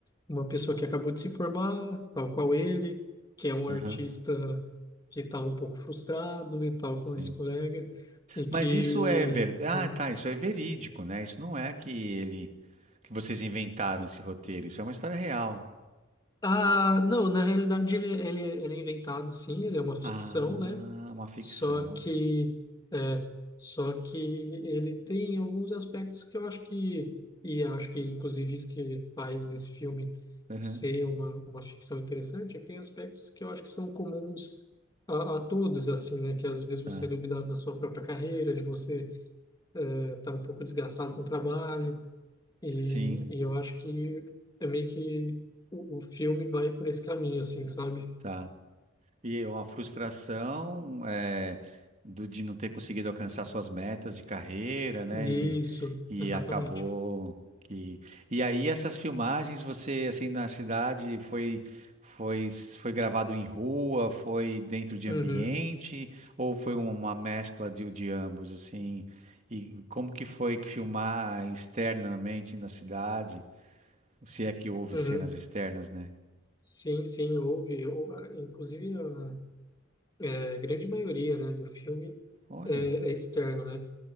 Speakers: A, on the left; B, on the right.
A: uma pessoa que acabou de se formar, tal qual ele, que é um
B: aham,
A: artista que está um pouco frustrado e tal
B: sim.
A: com esse colega, e que...
B: Mas isso é verdade, ah,
A: hum,
B: tá, isso é verídico, né, isso não é que ele, que vocês inventaram esse roteiro, isso é uma história real.
A: Ah, não, na realidade ele, ele, é, ele é inventado sim, ele é uma ficção,
B: Ah,
A: né?
B: uma ficção.
A: Só que, é, só que ele tem alguns aspectos que eu acho que, e eu acho que inclusive isso que faz desse filme
B: Uhum,
A: ser uma, uma ficção interessante, é que tem aspectos que eu acho que são comuns a, a todos, assim, né? Que às vezes
B: tá.
A: você é duvidado da sua própria carreira, de você estar um pouco desgastado com o trabalho, e,
B: Sim,
A: e eu acho que é meio que o, o filme vai por esse caminho, assim, sabe?
B: tá. E é uma frustração é, do- de não ter conseguido alcançar suas metas de carreira, né?
A: Isso,
B: E, e
A: exatamente.
B: acabou que. E aí essas filmagens, você assim na cidade foi foi foi gravado em rua, foi dentro de
A: Uhum,
B: ambiente ou foi um, uma mescla de, de ambos assim? E como que foi que filmar externamente na cidade? Se é que houve
A: uhum.
B: cenas externas, né?
A: Sim, sim, houve. Ou, ah, Inclusive, a eh, grande maioria, né, do filme
B: Olha,
A: é, é externo, né?